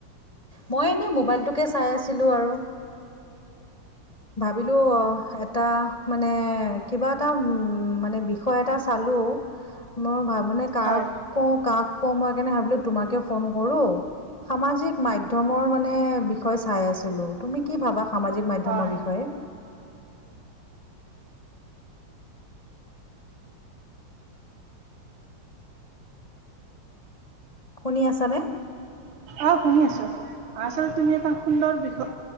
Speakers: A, on the left; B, on the right.
A: মই এনে মোবাইলটোকে চাই আছিলো আৰু ভাবিলো এটা মানে কিবা এটা উম মানে বিষয় এটা চালো মোৰ ভাবো মানে কাক
B: হয়
A: কওঁ কাক কওঁ মই সেইকাৰণে ভাবিলো তোমাকে ফোন কৰো সামাজিক মাধ্যমৰ মানে বিষয় চাই আছিলো তুমি কি ভাবা সামাজিক মাধ্যমৰ
B: হয়
A: বিষয়ে শুনি আছনে?
B: অ শুনি আছো আচল তুমি এটা সুন্দৰ বিষয়